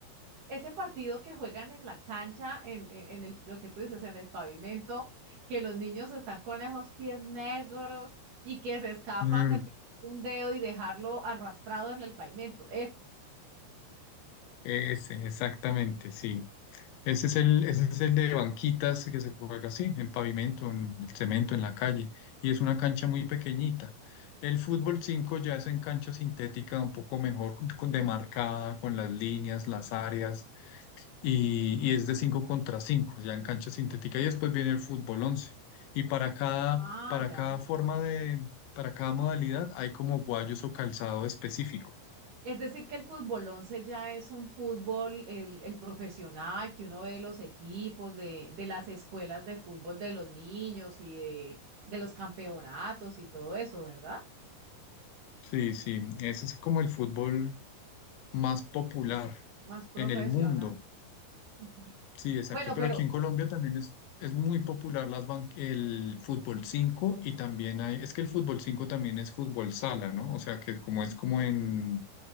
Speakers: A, on the right (about 55°); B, on the left (about 85°).
A: ese partido que juegan en la cancha, en, en, en el, lo que tú dices, en el pavimento, que los niños están con esos pies negros y que se escapan
B: mm,
A: de un dedo y dejarlo arrastrado en el pavimento.
B: ese, exactamente, sí. Ese es el, ese es el de banquitas que se juega así, en pavimento, en el cemento, en la calle, y es una cancha muy pequeñita. El fútbol 5 ya es en cancha sintética, un poco mejor con- demarcada, con las líneas, las áreas, y, y es de 5 contra 5 ya en cancha sintética, y después viene el fútbol once Y para cada,
A: Ah,
B: para
A: ya.
B: cada forma de, para cada modalidad hay como guayos o calzado específico.
A: Es decir, que el fútbol 11 ya es un fútbol, el, el profesional, que uno ve los equipos de, de las escuelas de fútbol de los niños y de, de los campeonatos y todo eso, ¿verdad?
B: Sí, sí, ese es como el fútbol más popular
A: Más profesional.
B: en el mundo.
A: Ujú.
B: Sí, exacto.
A: Bueno,
B: Pero
A: pero
B: aquí en Colombia también es, es muy popular las ban- el fútbol 5 y también hay, es que el fútbol 5 también es fútbol sala, ¿no? O sea, que como es como en,